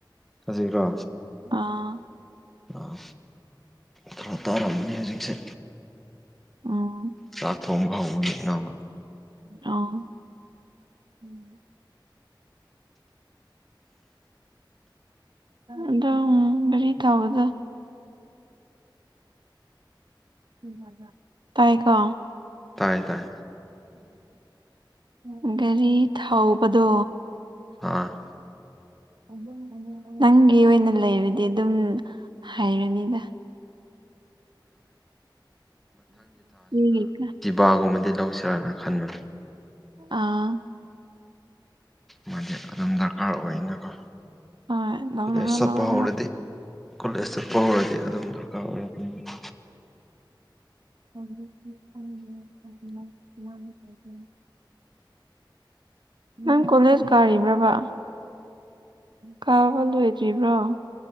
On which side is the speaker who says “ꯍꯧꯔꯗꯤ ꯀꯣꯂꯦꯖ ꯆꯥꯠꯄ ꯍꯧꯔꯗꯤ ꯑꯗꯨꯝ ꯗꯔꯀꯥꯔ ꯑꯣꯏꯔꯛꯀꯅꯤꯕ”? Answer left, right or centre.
Centre